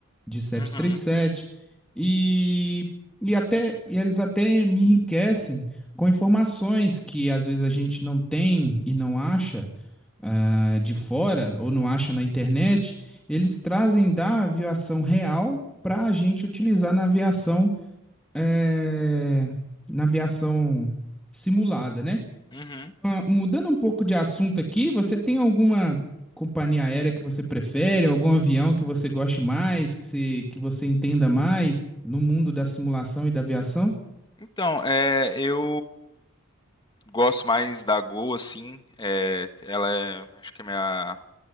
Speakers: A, in the centre; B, on the left (about 20°).
A: de sete
B: uhum,
A: três sete e, e até e eles até me enriquecem com informações que às vezes a gente não tem e não acha ah, de fora ou não acha na internet, eles trazem da aviação real para a gente utilizar na aviação, eh, na aviação simulada, né?
B: uhum.
A: Ah, mudando um pouco de assunto aqui, você tem alguma companhia aérea que você prefere, algum avião que você goste mais, que, se, que você entenda mais no mundo da simulação e da aviação?
B: Então, é, eu gosto mais da Gol, assim. é, ela é, acho que é minha